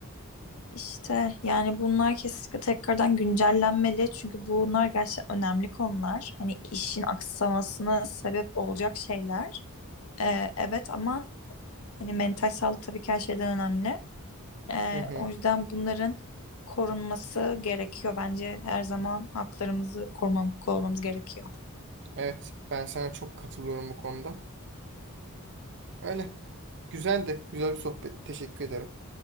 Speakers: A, on the left (about 70°); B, on the right (about 55°).
A: İşte yani bunlar kesinlikle tekrardan güncellenmeli çünkü bunlar gerçekten önemli konular. Hani işin aksamasına sebep olacak şeyler. Ee, evet ama hani mental sağlık tabii ki her şeyden önemli. Ee,
B: Hı hı.
A: o yüzden bunların korunması gerekiyor bence. Her zaman haklarımızı korumam- korumamız gerekiyor.
B: Evet ben sana çok katılıyorum bu konuda. Öyle. Güzeldi. Güzel bir sohbet. Teşekkür ederim.